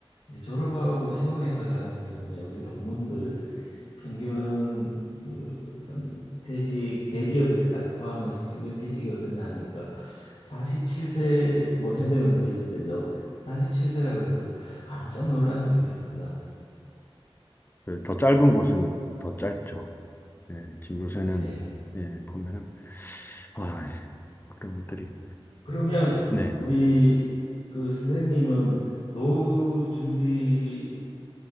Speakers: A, on the left (about 85°); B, on the left (about 20°).
A: 이제 졸업하고 시공해서 가는 경우에 우리 동문들 평균 그 어떤 퇴직 대기업일까지 포함해서 평균 퇴직이 어떠냐 하니까 47세 뭐 현대건설 이런 데죠. 47세라 그래서 깜짝 놀란 적이 있습니다.
B: 그더 짧은 곳은 더 짧죠. 예, 지금 요새는,
A: 네.
B: 예, 보면은, 아, 예, 그런 것들이.
A: 그러면
B: 네,
A: 우리 그 선생님은 노후 준비에